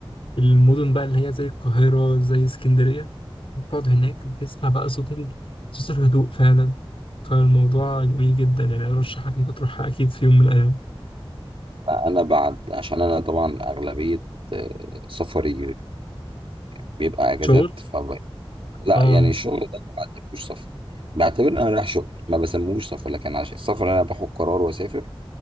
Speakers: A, on the left; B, on the right.
A: المدن بقى اللي هي زي القاهرة زي اسكندرية بتقعد هناك بتسمع بقى صوت ال... صوت الهدوء فعلا فالموضوع جميل جدا يعني أرشحك إنك تروحها أكيد في يوم من الأيام
B: انا بعد عشان انا طبعا اغلبيه آه، سفري بيبقى اجازات
A: شغل؟
B: ف لا
A: آه
B: يعني الشغل ده ما بعتبروش سفر بعتبر ان انا رايح شغل ما بسموش سفر لكن عشان السفر انا باخد قرار واسافر